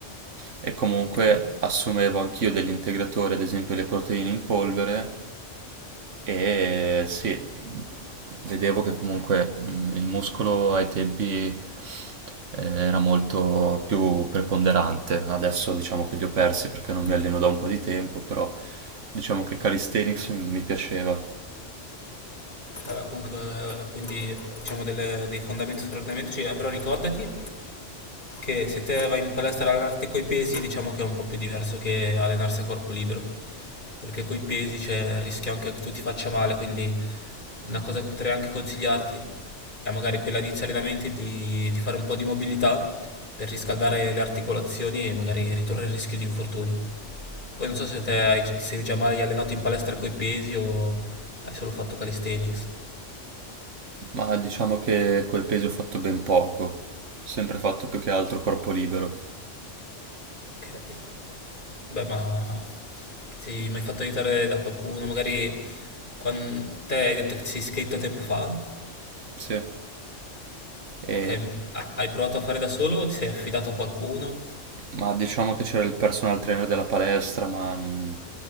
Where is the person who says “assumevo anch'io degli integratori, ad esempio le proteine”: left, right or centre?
Right